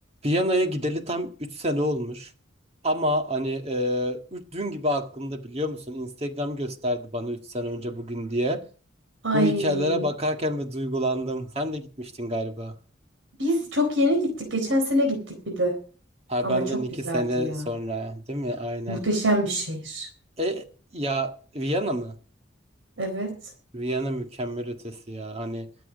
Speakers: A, on the right (about 30°); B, on the right (about 80°).
A: Viyana'ya gideli tam 3 sene olmuş. Ama hani e, ü- dün gibi aklımda biliyor musun? Instagram gösterdi bana 3 sene önce bugün diye.
B: Ay,
A: Bu hikayelere bakarken ve duygulandım. Sen de gitmiştin galiba.
B: biz çok yeni gittik. Geçen sene gittik bir de.
A: Ha
B: Ama
A: benden
B: çok
A: 2
B: güzeldi
A: sene
B: ya.
A: sonra değil mi? Aynen.
B: Muhteşem bir şehir.
A: E ya Viyana mı?
B: Evet.
A: Viyana mükemmel ötesi ya. Hani